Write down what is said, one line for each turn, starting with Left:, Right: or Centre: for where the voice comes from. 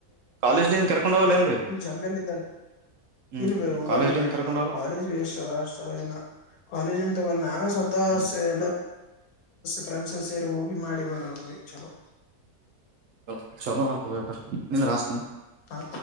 Right: ಕಾಲೇಜ್ನಿಂದ್ ಕರ್ಕೊಂಡ ಹೋಗಲ್ ಏನ್ ಬೈ.
Left: ಇಲ್ ಜಂಗಲ್ ಇದಗ
Right: ಹ್ಮ್
Left: ಇಲ್ ಬೈ ಹೋಗಲ್ಲಕಡೆನು
Right: ಕಾಲೇಜ್ಲಿಂದ ಕರ್ಕೊಂಡ್ ಹೋಗಲ್ಲ
Left: ಕಾಲೇಜ್ ವೇಸ್ ಅದವ್ ಅಷ್ಟ. ಪರ್ವಾಗಿಲ್ಲ ಕಾಲೇಜಿಂದೋಗಲ್ ನೇ ಸ್ವತಃ.
Right: ಹ್ಮ್
Left: ಫ್ರೆಂಡ್ಸು ಸೇರಿ ಹೋಗಿ ಮಾಡಿ ಬರ ಚಲೋ.
Right: ಲ ಚಲೋ ಹತೋ ಯಪ್ಪಾ ನಿಂದ್ರ ಹಾಸ್ತೀನಿ.
Left: ಹಾ.